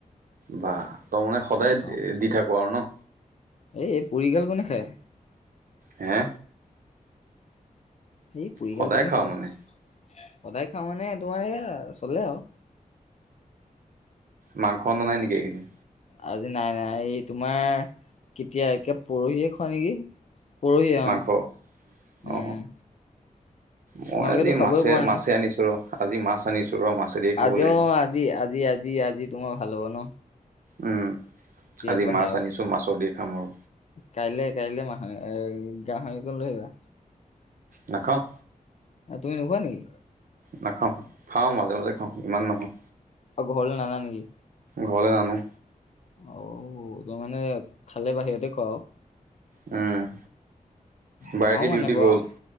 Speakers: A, on the right; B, on the left.
A: বাহ তই মানে সদায়
B: নাখাওঁ
A: দি থাক আৰু ন
B: এই পুৰিগাল কোনে খায়
A: হে
B: এই পুৰিগাল
A: সদায়
B: কোনে
A: খাওঁ
B: খায়
A: মানে
B: সদায় খাওঁ মানে তোমাৰ এয়া চলে আৰু
A: মাংস অনা নাই নেকি এইকেইদিন
B: আজি নাই নাই এই তোমাৰ কেতিয়া একে পৰহিয়ে খোৱা নেকি পৰহিৱে অ
A: মাংস অ
B: উম
A: মই
B: তোমালোকেতো
A: আজি
B: খাবই
A: মাছে
B: পৰা
A: মাছে
B: নাই
A: আনিছো ৰ আজি মাছ আনিছো ৰ মাছেদিয়ে খাব
B: আজি
A: লাগিব
B: অ আজি আজি আজি আজি তোমাৰ ভাল হ'ব ন
A: উম আজি
B: পৰা
A: মাছ
B: সেয়া
A: আনিছো মাছৰ দি খাম ৰ
B: কাইলে কাইলে মাহ এ গাহৰি অকন লৈ আহিবা
A: নাখাওঁ
B: তুমি নোখোৱা নেকি
A: নাখাওঁ খাওঁ মাজে মাজে খাওঁ ইমান নহয়
B: তই ঘৰলে নান নেকি
A: ঘৰলৈ নানো
B: অ' তই মানে খালে বাহিৰতে খোৱা আৰু
A: উম বায়েকে
B: আমাও নানে
A: ডিউটি
B: বাও
A: গ'ল